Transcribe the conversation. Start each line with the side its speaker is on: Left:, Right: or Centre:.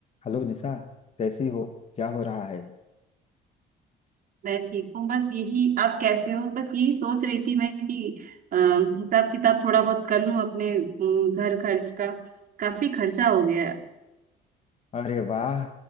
Left: Hello Nisha कैसी हो क्या हो रहा है
Right: मैं ठीक हूँ बस यही आप कैसे हो बस यही सोच रही थी मैं कि अ, हिसाब किताब थोड़ा बहुत कर लूँ अपने अम, घर खर्च का काफी खर्चा हो गया है
Left: अरे वाह